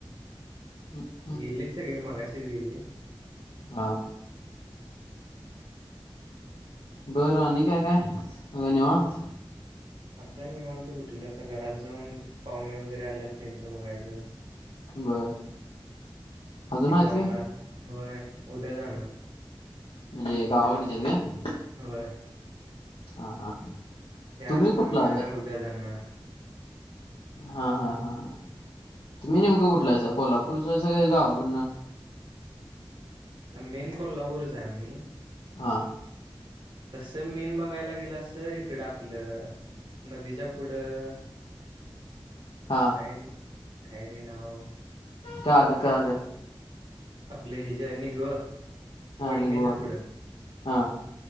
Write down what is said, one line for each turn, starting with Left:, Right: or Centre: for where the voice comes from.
Left: हम्.
Right: गेलीत सगळी मगाशीच गेलीत.
Left: हा. बरं आणि काय काय? सग निवांत?
Right: आता निवांत कुठलं? आता घरात जाऊन पाहुणे वगैरे आल्यात त्यांचं बघायचं.
Left: बर. अजून
Right: ती
Left: आहेत
Right: पाहुणार
Left: व्हय
Right: होय उद्या जाणार.
Left: म्हणजे गावाकडची हाईत काय?
Right: होय.
Left: हा हा.
Right: त्याज
Left: तुम्ही
Right: थांबणार
Left: कुठला आहेत?
Right: उद्या जाणार.
Left: हा हा हा हा तुम्ही नेमकं कुठल हाईसा कोल्हापूरच हाईसा काय गावाकडनं?
Right: त मेन कोल्हापूर च हाय आम्ही.
Left: हा.
Right: तस मीन बघायला गेलास तर इकड आपलं नदीच्या पुढं
Left: हा.
Right: काय न् काय रे नाव?
Left: कळाल कळाल.
Right: आपले हि ज्या निघव. वडिंग्याच्या
Left: आणि गोवा
Right: पुढं.
Left: हा